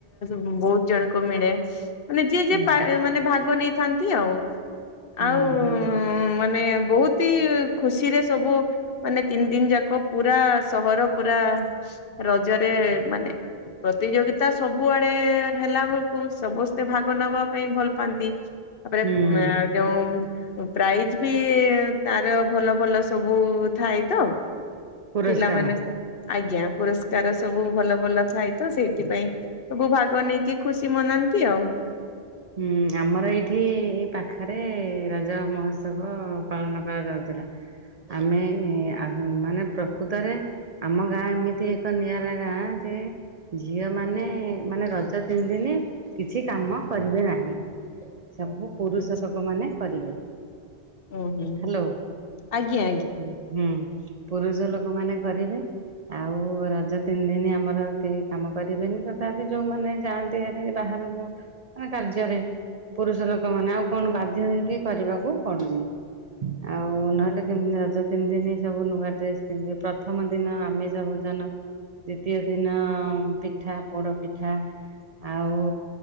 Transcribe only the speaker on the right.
ହୁଁ
ହୁଁ
ହୁଁ
ହୁଁ
ହୁଁ
ପୁରସ୍କାର
ହୁଁ ଆମର ଏଇଠି ଏ ପାଖରେ ରଜ ମହୋତ୍ ସବୁ ପାଳନ କରାଯାଉଥିଲା। ଆମେ ମାନେ ପ୍ରକୃତରେ ଆମ ଗାଁ ଏମିତି ଏକ ନିଆରା ଗାଁ ଯେ ଝିଅ ମାନେ ମାନେ ରଜ ତିନି ଦିନ କିଛି କାମ କରିବେ ନାହିଁ। ସବୁ ପୁରୁଷ
ଲୋକମାନେ କରିବେ।
ହ୍ୟାଲୋ
ହୁଁ ପୁରୁଷ ଲୋକମାନେ କରିବେ। ଆଉ ରଜ ତିନି ଦିନ ଆମର କେହି କାମ କରିବେନି ତଥାପି ଯୋଉମାନେ ଯାଆନ୍ତିହେରି ବାହାର ହବ। ମାନେ କାର୍ଯ୍ୟରେ ପୁରୁଷ ଲୋକ ମାନେ ଆଉ କଣ ବାଧ୍ୟ ହେଇକି କରିବାକୁ ପଡୁଛି। ଆଉ
ନହେଲେ କେମିତି ରଜ। ତିନି ଦିନ ସବୁ ନୂଆ ଡ୍ରେସ ପିନ୍ଧିବେ ପ୍ରଥମ ଦିନ ଆମେ ସବୁଜନ। ଦ୍ଵିତୀୟ ଦିନ ପିଠା ପୋଡ ପିଠା ଆଉ।